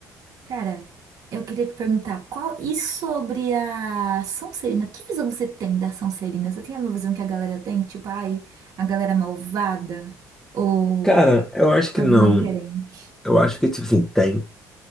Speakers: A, on the right; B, in the centre.
A: Cara, eu queria te perguntar qual e sobre a Sonserina? Que visão você tem da Sonserina? Você tem a mesma visão que a galera tem? Tipo, ai, a galera malvada? Ou
B: Cara, eu acho que
A: a
B: não.
A: visão é diferente?
B: Eu acho que, tipo assim, tem.